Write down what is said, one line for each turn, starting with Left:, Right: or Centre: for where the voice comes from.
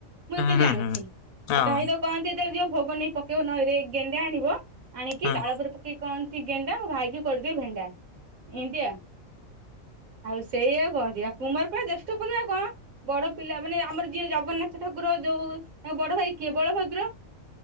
Right: ମୁଁ ଏତିକି
Left: ହୁଁ
Right: ଜାଣିଛି
Left: ହୁଁ ହୁଁ ହୁଁ। ହଁ
Right: ଆ କାହିତ କହନ୍ତି ଯେତେବେଳେ ଯିବ ଭୋଗ ନେଇ ପକେଇବ ନଇ ରେ ଗେଣ୍ଡା ଆଣିବ ଆଣିକି
Left: ହୁଁ
Right: ଚାଳ ଉପରେ ପକେଇକି କହନ୍ତି ଗେଣ୍ଡା ମୋ ଭାଇକି କରିଦିଅ ଭେଣ୍ଡା ଏନ୍ତିଆ। ଆଉ ସେଇଆ କହନ୍ତି ଆଉ କୁମାର ପାଇଁ ଋତୁ ପୂର୍ଣ୍ଣିମା କଣ ବଡ ପିଲା ମାନେ ଆମର ଯିଏ ଜଗନ୍ନାଥ ଠାକୁର ଯୋଉ ତାଙ୍କ ବଡ ଭାଇ କିଏ ବଳଭଦ୍ର